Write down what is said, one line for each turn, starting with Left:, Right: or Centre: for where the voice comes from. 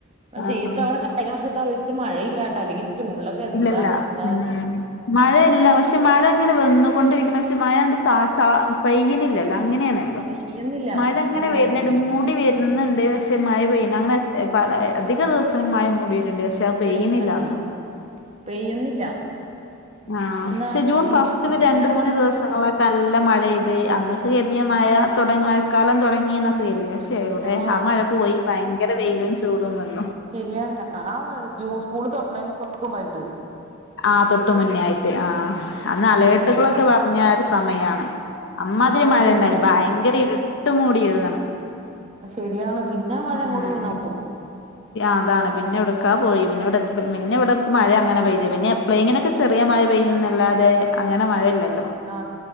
Right: പക്ഷെ
Left: ആ
Right: ഈ
Left: ആ
Right: തവണ കഴിഞ്ഞ വർഷത്തെ അപേക്ഷിച്ച് മഴയില്ലാട്ട അല്ലെങ്കിൽ ജൂണിലൊ എന്താ
Left: ഇല്ലല്ല
Right: അവസ്ഥ
Left: ഉം മഴയില്ല പക്ഷെ മഴ ഇങ്ങനെ വന്ന് കൊണ്ടിരിക്കണ പക്ഷെ മഴ എ തചാ പെയ്യുന്നില്ലല്ലോ അങ്ങനെയാണ്
Right: പെയ്യുന്നില്ല
Left: മഴയിങ്ങനെ
Right: അതന്നെ
Left: വരന്നിണ്ട് മൂടി വ എന്നുമുണ്ടെ പക്ഷെ മഴ പെയ്യണ്ട് അങ്ങനെ പല അധികം ദിവസങ്ങളിൽ മഴ മൂടി വരുന്നുണ്ട് പക്ഷേ പ പെയിനില്ലാന്നു
Right: പെയ് ആഹ് പെയ്യുന്നില്ല
Left: ആഹ്
Right: എന്നാ
Left: പക്ഷെ ജൂൺ
Right: ഇ
Left: ഫസ്റ്റില്
Right: ഇന്ന്
Left: രണ്ട്
Right: രാവിലെ
Left: മൂന്ന് ദിവസം ങ്ങളൊക്കെ നല്ല മഴ ഇത് അന്നൊക്കെ കര്തിയ മഴ തുടങ്ങി മഴക്കാലം തുടങ്ങിക്കെ ഇത് പക്ഷേ എവിടെ
Right: ആ
Left: ആഹ് മഴ പോയി ഭയങ്കര വെയിലും ചൂടും വന്നു
Right: ശരിയട്ടാ ആഹ് മഴ ജൂൺ സ്കൂള് തുറക്കണേനു തൊട്ട് മുമ്പായിട്ട്
Left: ആഹ് തൊട്ട് മുന്നെ ആയിട്ട് ആഹ് അന്ന് അലകട്ടുകളൊക്കെ
Right: ഉം
Left: പറഞ്ഞ ഒരു സമയാണ് അമ്മാതിരി
Right: ആ
Left: മഴയിണ്ടായിരുന്നു
Right: പിന്നെ
Left: ഭയങ്കര ഇരുട്ട് മൂടിയരുന്നു
Right: ശരിയാണ് പിന്നെ മഴ
Left: ആഹ്
Right: എങ്ങോട്ട് പോയി ന്നോ
Left: അതാണ് പിന്നെ ഇവിടക്കാ പോയി പിന്നെ ഇവിടെ പിന്നെ ഇവിടെ മഴ അങ്ങനെ പെയത പിന്നെ എപ്പളേകിലും ചെറിയ മഴ പെയ്യും ന്നല്ലാതെ അങ്ങനെ മഴയില്ലല്ലോ
Right: ആ